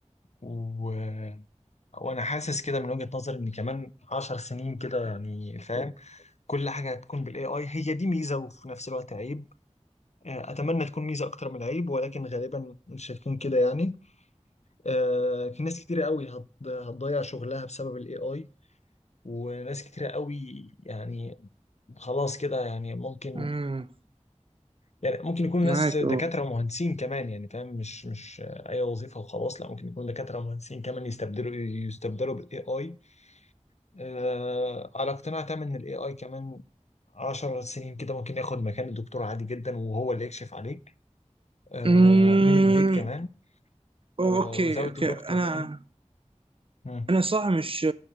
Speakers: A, on the left; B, on the right.
A: و... وانا حاسس كده من وجهة نظري ان كمان عشر سنين كده يعني فاهم كل حاجة هتكون بالاي اي هي دي ميزة وفي نفس الوقت عيب آه، اتمنى تكون ميزة اكتر من عيب ولكن غالبا مش هتكون كده يعني آه، في ناس كتيرة قوي هت- هتضيع شغلها بسبب الاي اي وناس كتيرة قوي يعني خلاص كده يعني ممكن
B: امم
A: يعني ممكن يكون
B: معاك
A: ناس دكاترة ومهندسين كمان يعني فاهم مش مش أي وظيفة وخلاص لا ممكن يكون دكاترة ومهندسين كمان يستبدلوا يستبدلوا بالاي اي آه على اقتناع تام إن الاي اي كمان 10 سنين كده ممكن ياخد مكان الدكتور عادي جدا وهو اللي يكشف عليك آه،
B: اه
A: من البيت كمان
B: أوه،
A: آه،
B: اوكي
A: without
B: اوكي
A: a doctor
B: انا
A: يعني مم.
B: انا صح مش